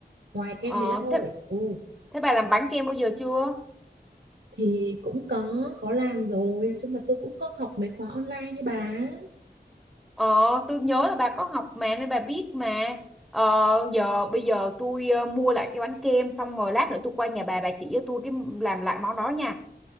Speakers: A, on the right; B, in the centre.
A: ngoài kem
B: ờ
A: đấy ra thôi
B: thế
A: ừ
B: thế bà làm bánh kem bao giờ chưa
A: thì cũng có có làm rồi nhưng mà tôi cũng có học mấy khóa online như bà
B: Ờ, tôi nhớ là bà có học mà nên bà biết mà. Ờ, giờ bây giờ tôi ờ, mua lại cái bánh kem xong rồi lát nữa tôi qua nhà bà bà chỉ cho tôi cái làm lại món đó nha.